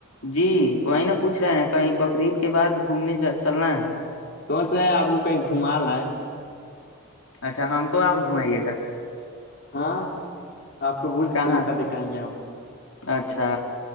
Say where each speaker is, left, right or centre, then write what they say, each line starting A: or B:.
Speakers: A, on the left; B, on the left.
A: جی وہی نہا پوچھ رہے ہیں کہیں بقرعید کے بعد گھومنے چلنا ہے
B: سوچ رہے ہیں آپ کو کہیں گھم لا ہے
A: اچھا ہم کو آپ گھمائیے گا
B: ہاں آپ کو برج
A: کہاں
B: خلیفہ دکھائیں گے ہم
A: اچھا